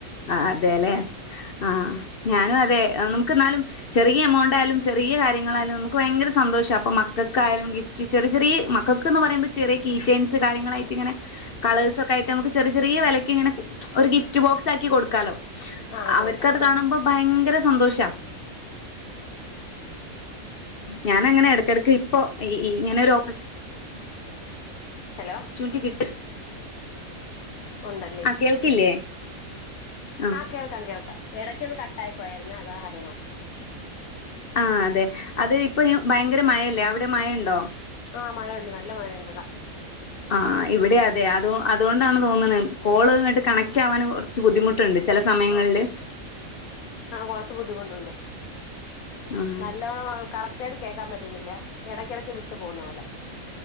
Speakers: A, on the left (about 50°); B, on the left (about 85°).
A: ആ അതെലെ. ആ ഞാനും അതെ നമുക്ക് എന്നാലും ചെറിയ എമൗണ്ട് ആയാലും ചെറിയ കാര്യങ്ങളായാലും നമുക്ക് ഭയങ്കര സ ന്തോഷ അപ്പൊ മക്കക്കായാലും ഗിഫ്റ്റ് ചെറി ചെറി മക്കൾക്ക് ന്നറിമ്പോ ചെറിയ കീച്ചേൻസ് കാര്യങ്ങളായിട്ട് ഇങ്ങനെ. കളേഴ്സ് ഒക്കായിട്ട് നമുക്ക്ചെറി ചെറി വിലക്കിങ്ങനെ ഒരു ഗിഫ്റ്റ് ബോക്സ് ആയി ക്കി കൊടുക്കാലോ
B: ആഹ്
A: അവർക്കത്
B: കൊടുക്കാം
A: കാണുമ്പോ ഭയങ്കര സന്തോഷാ ഞാനങ്ങനെ ഇടക്കടക്ക് ഇപ്പൊ ഇങ്ങനെ ഒരു ഓപ്പർച്
B: ഹലോ
A: റ്റുണിറ്റി കി
B: ഉണ്ടല്ലേ
A: ആഹ കേൾക്കില്ലേ. ആ
B: ആഹ് കേൾക്കാം കേൾക്കാം ഇടയ്ക്ക ഒന്ന് കട്ട ആയി പോയയിരുന്നേ അതാ ഹലോനാക്കിയെ.
A: ആ അതെ അത് ഇപ്പൊ ഭയങ്കര മഴയല്ലേ അവിടെ മഴയുണ്ടോ?
B: ആഹ് മഴയുണ്ട് നല്ല മഴയുണ്ട് ഇവട.
A: ആ ഇവിടെ അതെ അത് അതുകൊണ്ടാണ് തോന്നണ് കോള് ഇങ്ങട്ട് കണക്റ്റ് ആവാൻ കുറച്ച് ബുദ്ധിമുട്ടുണ്ട്. ചില സമയങ്ങളില്.
B: ആഹ് ആഹ് കുറച്ച് ബുദ്ധിമുട്ടുണ്ട്
A: ആഹ്
B: നല്ലോണം കറക്റ്റ് ആയ കേൾക്കാൻ പറ്റുന്നില്ല ഇടക്കിടക്ക് വിട്ടു പോകുന്ന പോലെ